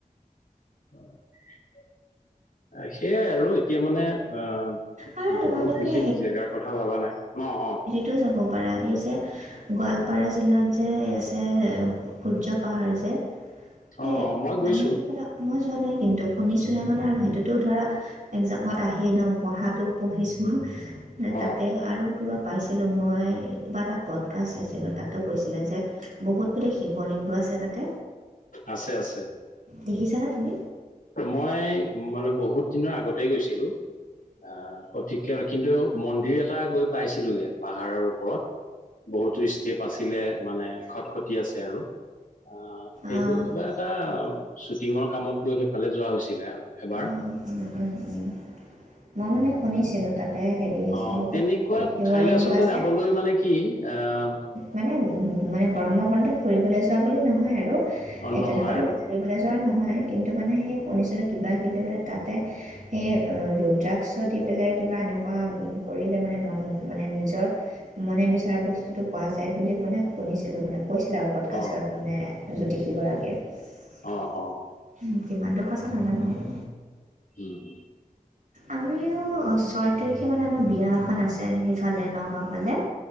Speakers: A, on the left; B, on the right.
A: হয়ঁ সেইয়াই আৰু এতিয়া মানে অঁ!
B: আৰু তোমালোকে
A: বহুত বিশেষ জেগাৰ কথা ভবা নাই ন অঁ।
B: টো যাব পাৰা এই যে - গোৱালপাৰা জিলাত যে আছে সূৰ্য পাহাৰ যে- সেই
A: অ অ মই গৈছো
B: মানে সেই কথা- মই যোৱা নাই কিন্তু শুনিছোঁহে মানে আৰু সেইটোতো ধৰা একজামত আহেই ন পঢ়াত। তো পঢ়িছোঁ মানে
A: অ
B: তাতে- আৰু কিবা পাইছিলোঁ মই কিবা এটা পদকাছ চাইছিলোঁ তাতো কৈছিলে যে- বহুত বোলে শিৱলিংগ আছে তাতে।
A: আছে আছে।
B: দেখিছানে তুমি?
A: মই মানে বহুত দিনৰ আগতে গৈছিলোঁ আহ- সঠিকে কিন্তু মন্দিৰ এটা গৈ পাইছিলোগে পাহাৰৰ ওপৰত বহুতো ষ্টেপ- বাচিলে মানে খট খটি আছে আৰু। আ সেইটো
B: অঁ
A: কিবা এটা ছুটিঙৰ কামত গৈ সেইফালে যোৱা হৈছিলে। এবাৰ
B: অঁ উমঁ উমঁ উমঁ মই মানে শুনিছিলোঁ। তাতে হেৰি আছে
A: অ
B: বহুত
A: তেনেকুৱা
B: শিৱলিংগ
A: ঠাইলৈ আচলতে
B: আছে।
A: যাবলৈ মানে কি আহ
B: মানে মানে গৰমৰ বন্ধত ফুৰিবলৈ যোৱা বুলি নহয় আৰু
A: অ
B: এই
A: নহয়
B: তেনেকুৱাতো
A: আৰু
B: ফুৰিবলৈ - যোৱা নহয় কিন্তু মানে সেই শুনিছিলোঁ কিবা কিবি বোলে তাতে- সেই ৰু'দ্ৰাগস দি পেলাই কিবা এনেকুৱা কৰিলে মানে মন মানে নিজৰ- মনে বিচৰা বস্তুটো পোৱা যায় বুলি মানে শুনিছিলোঁ মানে কৈছিলে আও। পডকাষ্টত
A: অ
B: মানে জ্যোতিষী গৰাকীয়ে।
A: অঁ অঁ!
B: উমঁ কিমান টো সঁচা নাজানো আৰু।
A: উমঁ -
B: আমিও চয়- তাৰিখে মানে আমাৰ বিয়া এখন আছে সেইফালে নগাঁও ফালে।